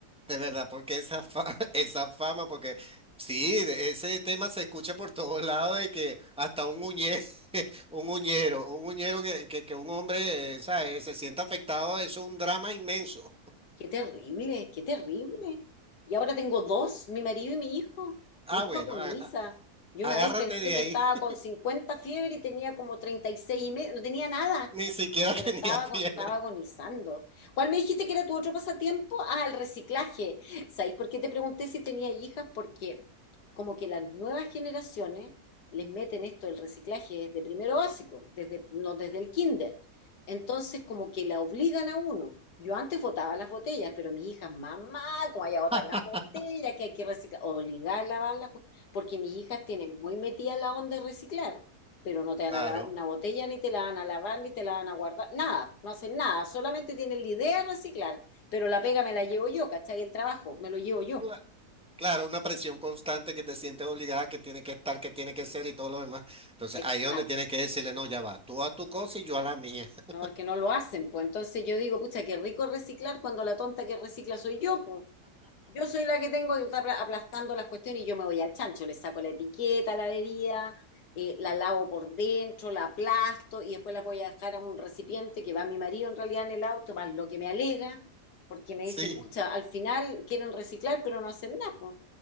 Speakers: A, in the centre; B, on the left.
A: De verdad, porque esa fa- <laughs> esa fama, porque sí, de- ese tema se escucha por todos lados y que hasta un uñe, <laughs> un uñero, un uñero que, que, que un hombre, eh, ¿sabes? se sienta afectado, eso es un drama inmenso.
B: Qué terrible, qué terrible. Y ahora tengo dos, mi marido y mi hijo.
A: Ah,
B: Mi hijo
A: bueno,
B: agoniza.
A: a- a-
B: Yo
A: agárrate
B: una vez pensé
A: de
B: que
A: ahí,
B: estaba
A: <laughs>
B: con 50 fiebre y tenía como 36 y seis y medio, no tenía nada.
A: ni siquiera tenía
B: Pero estaba,
A: fiebre.
B: ago- estaba agonizando. ¿Cuál me dijiste que era tu otro pasatiempo? Ah, el reciclaje. ¿Sabes por qué te pregunté si tenía hijas? Porque como que las nuevas generaciones les meten esto del reciclaje desde primero básico, desde, no desde el kinder. Entonces como que la obligan a uno. Yo antes botaba las botellas, pero mis hijas, mamá, ¿cómo hay a botar
A: <laughs>
B: las botellas? Que hay que reciclar, obligar a lavarlas, porque mis hijas tienen muy metida la onda de reciclar pero no te
A: Claro,
B: van a lavar una botella, ni te la van a lavar, ni te la van a guardar, nada, no hacen nada, solamente tienen la idea de reciclar, pero la pega me la llevo yo, ¿cachai? El trabajo me lo llevo yo,
A: cla- claro, una presión constante que te sientes obligada, que tiene que estar, que tiene que ser y todo lo demás. Entonces,
B: exacto,
A: ahí es donde tienes que decirle, no, ya va, tú a tu cosa y yo a la mía. <laughs>
B: no, es que no lo hacen, pues entonces yo digo, pucha, qué rico reciclar cuando la tonta que recicla soy yo, pues, Yo soy la que tengo que estar aplastando las cuestiones y yo me voy al chancho, le saco la etiqueta a la bebida, eh, la lavo por dentro, la aplasto y después las voy a dejar a un recipiente que va mi marido en realidad en el auto, más lo que me alega, porque me
A: Sí.
B: dice, pucha, al final quieren reciclar pero no hacen nada. po".